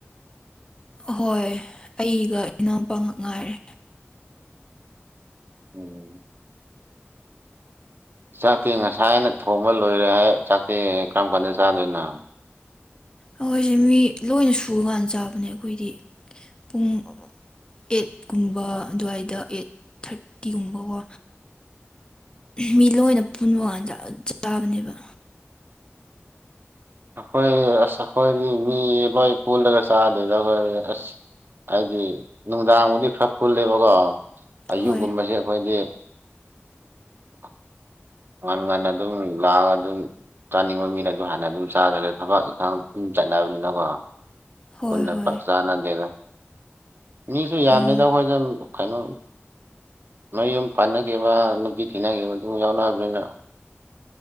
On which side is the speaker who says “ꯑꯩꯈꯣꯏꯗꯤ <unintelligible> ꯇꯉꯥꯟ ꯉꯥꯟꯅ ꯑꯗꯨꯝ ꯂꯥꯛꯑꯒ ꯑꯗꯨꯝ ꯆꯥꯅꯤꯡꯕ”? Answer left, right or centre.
Right